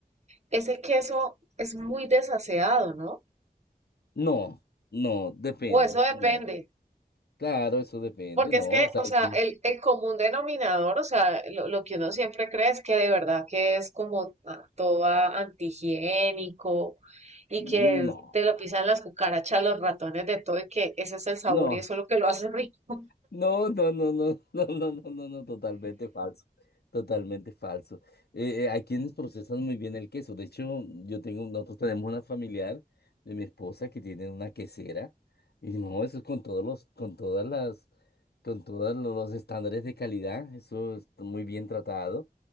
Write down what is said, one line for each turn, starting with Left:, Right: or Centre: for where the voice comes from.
Right: ese queso es muy desaseado, ¿no?
Left: No, no, depende,
Right: O eso
Left: no.
Right: depende.
Left: Claro, eso depende,
Right: Porque
Left: no,
Right: es que,
Left: o sea,
Right: o
Left: aquí,
Right: sea, el, el común denominador, o sea, lo, lo que uno siempre cree es que de verdad que es como ah, todo ah, antihigiénico y
Left: no,
Right: que te lo pisan las cucarachas, los ratones, de todo, y que ese es el sabor
Left: no.
Right: y eso es lo que lo hace <laughs> rico.
Left: No, no, no, no, <laughs> no, no, no, no, no, totalmente falso, totalmente falso. Eh, eh, hay quienes procesan muy bien el queso. De hecho, yo tengo, nosotros tenemos una familiar de mi esposa que tiene una quesera y no, eso es con todos los, con todas las, con todos lo- los estándares de calidad. Eso es muy bien tratado.